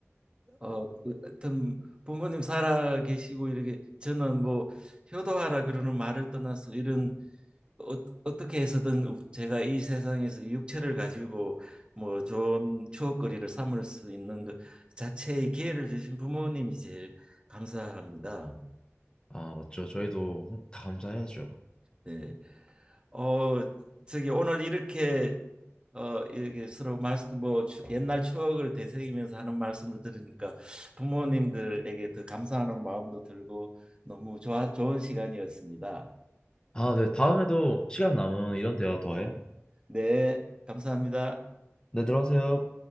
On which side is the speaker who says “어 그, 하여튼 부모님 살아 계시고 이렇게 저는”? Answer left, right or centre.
Right